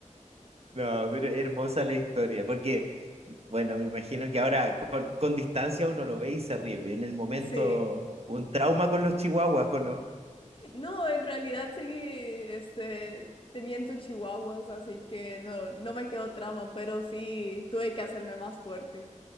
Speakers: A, on the right; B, on the left.
A: No, pero hermosa la historia, porque, bueno, me imagino que ahora con, con distancia uno lo ve y se ríe. En el momento,
B: <laughs> sí.
A: un trauma con los chihuahuas, ¿o no?
B: No, en realidad seguí este, teniendo chihuahuas, así que no, no me quedó trama, pero sí tuve que hacerme más fuerte.